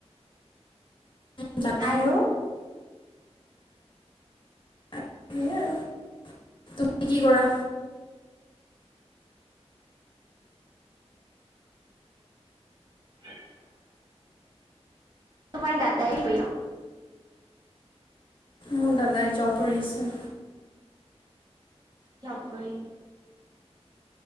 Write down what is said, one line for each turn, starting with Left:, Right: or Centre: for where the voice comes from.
Left: উম জানো।
Right: আৰু
Left: সেয়াই আৰু তুমি কি কৰা?
Right: <inaudible> তোমাৰ দাতাই কি কৰি আছ।
Left: মোৰ দাদাই জাব কৰি আছে।
Right: জপ কৰি।